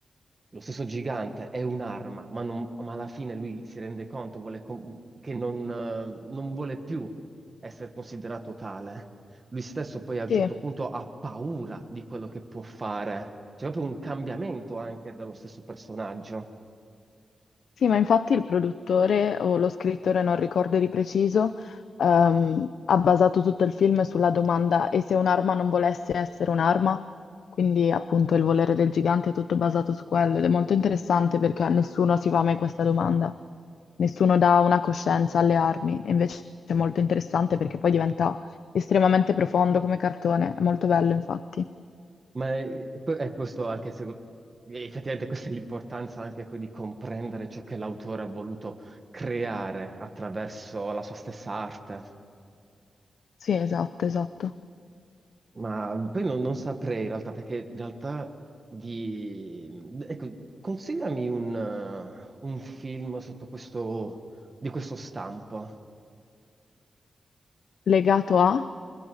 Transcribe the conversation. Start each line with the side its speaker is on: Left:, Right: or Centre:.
Right: Lo stesso gigante è un'arma, ma, non- ma alla fine lui si rende conto vuole com- che non, eh, non vuole più essere considerato tale. Lui stesso poi a un
Left: Sì.
Right: certo punto ha paura di quello che può fare. C'è proprio un cambiamento anche dallo stesso personaggio.
Left: Sì, ma infatti il produttore o lo scrittore, non ricordo di preciso, ehm, ha basato tutto il film sulla domanda e se un'arma non volesse essere un'arma? Quindi appunto il volere del gigante è tutto basato su quello ed è molto interessante perché a nessuno si fa mai questa domanda, nessuno dà una coscienza alle armi e invece è molto interessante perché poi diventa estremamente profondo come cartone, è molto bello infatti.
Right: Ma è, è poi- è questo anche se effettivamente questa è l'importanza anche poi di comprendere ciò che l'autore ha voluto creare attraverso la sua stessa arte.
Left: Sì, esatto, esatto.
Right: Ma poi non, non saprei in realtà, perché in realtà di... Ecco, consigliami un, eh, un film sotto questo, di questo stampo.
Left: Legato a?